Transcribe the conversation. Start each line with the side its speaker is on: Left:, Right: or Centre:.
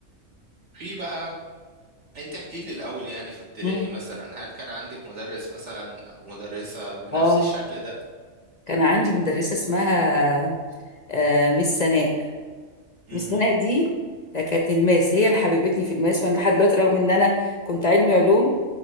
Right: في بقى انت احكي لي الاول يعني في ابتدائي
Left: مم.
Right: مثلا هل كان عندك مدرس مثلا او مدرسة بنفس
Left: اه
Right: الشكل ده
Left: كان عندي مدرسه اسمها آه، مس سناء
Right: مم،
Left: مس سناء دي كانت الماس هي اللي حببتني في الماس وانا لحد دلوقتي رغم ان انا كنت علمي علوم